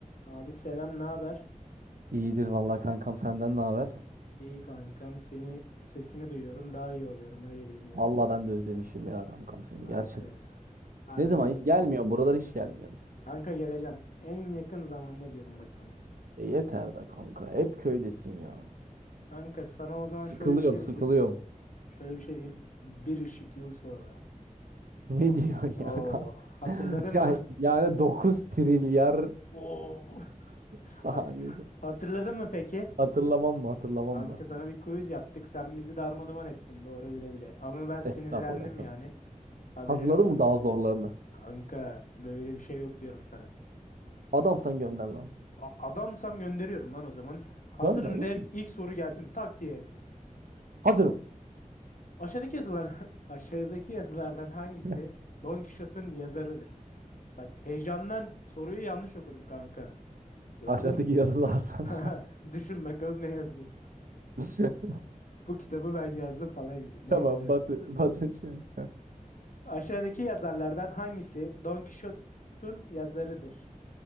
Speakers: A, on the left (about 70°); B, on the right (about 85°).
A: Abi selam, ne haber?
B: İyidir vallahi kankam senden ne haber?
A: İyi kankam. Seni sesini duyuyorum, daha iyi oluyorum öyle diyeyim yani.
B: Vallahi ben de özlemişim ya kankam seni
A: Kanka
B: gerçek.
A: ya. Harbi
B: Ne zaman
A: özledim.
B: hiç gelmiyorsun buralara hiç gelmiyorsun.
A: Kanka geleceğim. En yakın zamanda diyorum bak sana.
B: E yeter da kanka hep köydesin ya.
A: Kanka sana o zaman
B: Sıkılıyorum
A: şöyle bir şey
B: sıkılıyorum.
A: diyeyim. Şöyle bir şey diyeyim. Bir ışık yılı sonra.
B: <laughs> Ne diyorsun
A: Oo,
B: ya kanka?
A: hatırladın
B: <laughs>
A: mı?
B: Ya, yani dokuz trilyar
A: Oo. <laughs>
B: <laughs> saniye.
A: Hat hatırladın mı peki?
B: Hatırlamam mı hatırlamam
A: Kanka
B: mı?
A: sana bir quiz yaptık. Sen bizi darmadağın ettin doğru bile bile. Ama ben sinirlendim
B: Estağfurullah estağfurullah.
A: yani. Haberin
B: Hazırladın
A: olsun.
B: mı daha zorlarını?
A: Kanka böyle bir şey yok diyorum sana.
B: Adam sen gönder lan.
A: A- adamsam gönderiyorum lan o zaman. Hazırım
B: Gönder gönder.
A: de ilk soru gelsin tak diye hem de.
B: Hazırım.
A: Aşağıdaki yazılar <laughs> aşağıdaki yazılardan hangisi
B: <laughs>
A: Don Quixote'un yazarıdır? Bak heyecandan soruyu yanlış okudum kanka. Gördün
B: Aşağıdaki
A: mü?
B: yazılardan.
A: <laughs> Düşün bakalım ne yazıyor.
B: <laughs>
A: Bu kitabı ben yazdım falan yazıyor. Neyse.
B: Tamam
A: dur.
B: Batı, Batı şey. Heh,
A: Aşağıdaki yazarlardan hangisi Don Quixote'un yazarıdır?